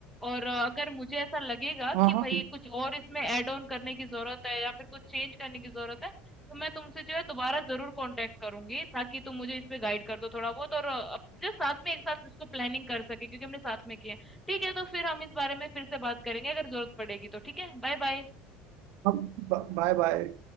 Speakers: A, in the centre; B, on the right.
A: और अ, अगर मुझे ऐसा लगेगा
B: हाँ
A: कि
B: हाँ
A: भाई कुछ और इसमें ऐड ऑन करने की जरूरत है या फिर कुछ चेंज करने की जरूरत है तो मैं तुमसे जो है दोबारा जरूर कांटेक्ट करूंगी ताकि तुम मुझे इस पे गाइड कर दो थोड़ा बहुत और अ, जो साथ में एक साथ इसको प्लानिंग कर सके क्योंकि हमने साथ में किया है ठीक है तो फिर हम इस बारे में फिर से बात करेंगे अगर जरूरत पड़ेगी तो ठीक है बाय बाय
B: Bye bye